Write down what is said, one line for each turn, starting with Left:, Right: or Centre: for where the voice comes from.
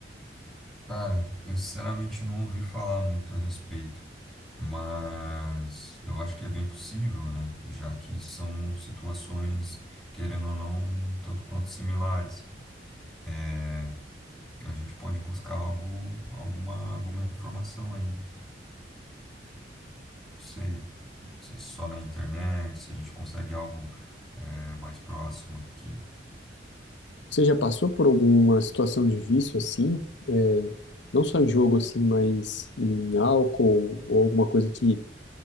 Centre: Cara, eu sinceramente não ouvi falar muito a respeito, mas eu acho que é bem possível, né? Já que são situações, querendo ou não, um tanto quanto similares. É, a gente pode buscar algo, alguma, alguma informação aí sei, não sei se só na internet, se a gente consegue algo é, mais próximo aqui.
Left: Você já passou por alguma situação de vício assim? É, não só em jogo assim, mas em álcool ou alguma coisa que